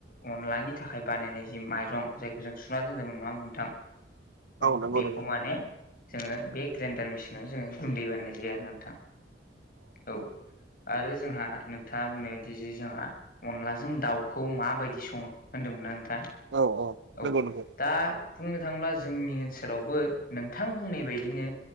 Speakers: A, on the left (about 50°); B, on the right (about 90°).
A: अनलानि थाखाय बानायनाय जि माइरं जायखौ जों सुना दोनदोंमोन नङा होमबा नोंथां औ
B: नंगौ
A: बेखौ
B: नंगौ
A: माने जोङो बे ग्राइन्डार मेसिनाव जोङो गुन्दै बानायनाय जायो आरो नोंथां औ आरो जोंहा नोंथाङा बुंनाय बायदि जे जोंहा अनलाजों दाउखौ माबायदि सङो होनदोंमोनना नोंथाङा
B: औ
A: औ
B: नंगौ नंगौ
A: दा बुंनो बुंनो थांब्ला जोंनि ओनसोलावबो नोंथां बुंनाय बायदिनो